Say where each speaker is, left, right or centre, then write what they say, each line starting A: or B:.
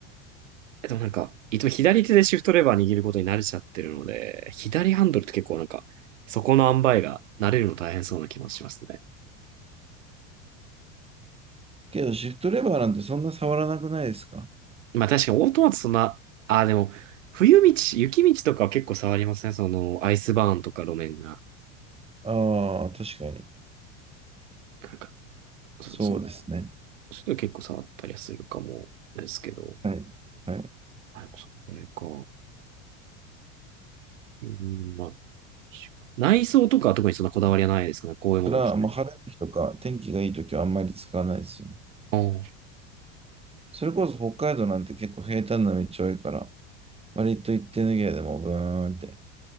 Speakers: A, on the right; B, on the right.
A: えでもなんか、いつも左手でシフトレバー握ることに慣れちゃってるので、左ハンドルって結構なんか、そこの塩梅が慣れるの大変そうな気もしますね。
B: けど、シフトレバーなんてそんな触らなくないですか
A: まあ確かにオートマトそんな、ああでも、冬道、雪道とかは結構触りますね。その、アイスバーンとか路面が。
B: ああ、確かに。
A: なんか、そうそう。
B: そうですね。
A: それ結構触ったりはするかもですけど。
B: はい。はい。
A: あ、でもそれか。うん、まあ、内装とかは特にそんなこだわりはないですかね。こういうものを着ても。
B: だから、まあ、晴れの日とか、天気がいい時はあんまり使わないですよね。
A: うん
B: それこそ北海道なんて結構平坦な道多いから、割と行ってぬけでもブーンって